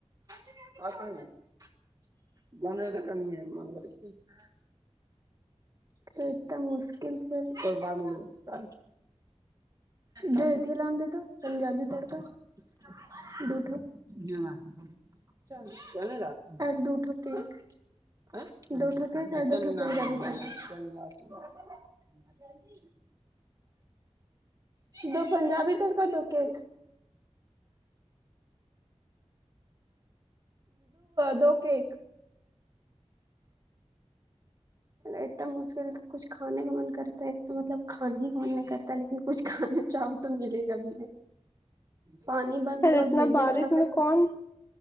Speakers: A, on the right; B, on the left.
A: <inaudible> <unintelligible> تو اتنا مشکل سے کرا ملتا جوت ہی لن دیتا پنجابی تڑتا <unintelligible> چل چلے گا اور دوٹھ کیک <unintelligible>
B: <inaudible>
A: دو پنجابی تڑکا دو کیک دو کیک ا تو مشکل تو کچھ کھانے کا من کرتا ہے ایک تو مطلب کھانے ہی کا من نہیں کرتا ہے لیکن کچھ کھانے چاہو تو ملے گا بھی پانی بند
B: ارے
A: ہوا
B: اتنا
A: بھیجے
B: بارش
A: اکر
B: میں کون